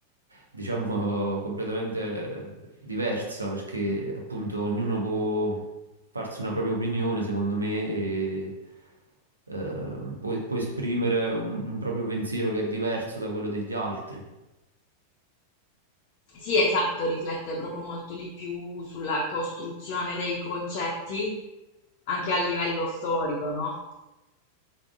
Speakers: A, on the right; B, on the left.
A: diciamo, <laughs> completamente diversa, perché appunto ognuno può farsi una propria opinione, secondo me, e eh, può, può esprimere un, un proprio pensiero che è diverso da quello degli altri,
B: Sì, esatto, riflette proprio molto di più sulla costruzione dei concetti anche a livello storico, no?